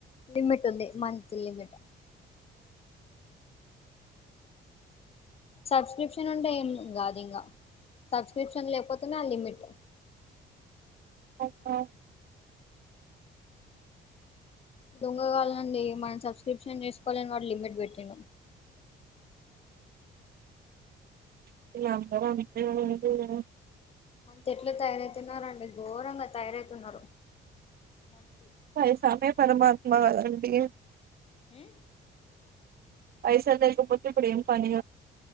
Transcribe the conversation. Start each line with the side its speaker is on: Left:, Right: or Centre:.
Left: లిమిట్ ఉంది మంత్ లిమిట్ సబ్స్క్రిప్షన్ ఉంటే ఏం కాదు ఇంకా సబ్స్క్రిప్షన్ లేకపోతున్నా ఆ లిమిట్
Right: ఒక్కో
Left: దొంగ కాాలనండి మనం సబ్స్క్రిప్షన్ చేసుకోవాలని వాడు లిమిట్ పెట్టిను
Right: ఇబ
Left: అంత ఎట్లు తయారవుతున్నండి ఘోరంగా తయారవుతున్నారు మనుషులు
Right: పైసామే పరమాత్మా కదండి
Left: ఏ
Right: పైసకపోతే ఇప్పుడం పని